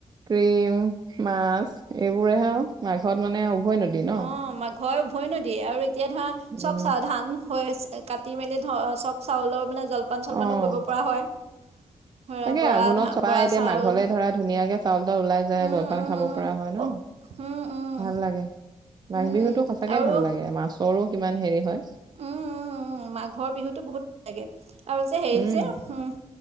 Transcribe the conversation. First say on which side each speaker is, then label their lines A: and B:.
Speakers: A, on the right; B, on the right.
A: ক্ৰীম, মাছ, এইবোৰেহে আৰু। মাঘত মানে, উভৈনদী ন
B: অ'! মাঘৰ উভৈনদী। আৰু এতিয়া ধৰা, চব
A: উম
B: <unintelligible> ধান হৈ আছে। কাটি- মেলি ধৰ, চব চাউলৰ মানে, জলপান- চলপানো,
A: অ
B: কৰিব পৰা হয়। ধৰা
A: তাকে,
B: বৰা
A: আঘোণত
B: ধা বৰা
A: <unintelligible> এতি,
B: চাউল
A: য়া মাঘলে ধৰা, ধুনীয়াকে চাউল- টাউল ওলাই যায়,
B: উম,
A: জলপান
B: উম,
A: খাব
B: উম,
A: পৰা হয়, ন'।
B: উম, উম,
A: ভাল লাগে, মাঘ
B: উম।
A: বিহুতো, সচাঁকে
B: আৰু
A: ভাল লাগে! মাছৰো কিমান, হেৰি হয়।
B: উম, উম, উম! মাঘৰ বিহুতো বহুত লাগে। আৰু যে, হেৰি
A: উম
B: যে, উম!